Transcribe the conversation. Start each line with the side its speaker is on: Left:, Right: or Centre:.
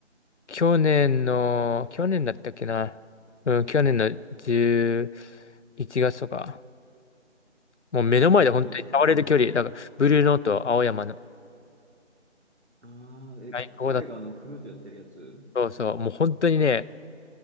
Left: 去年の、去年だったっけな。うん、去年の11月とか。もう目の前で本当に触れる距離。
Right: どこで見たの
Left: だから、ブルーノート、青山の
Right: ああー、え、
Left: 最高だった。
Right: 彼があのフルートやってるやつ
Left: そうそう。もう本当にね、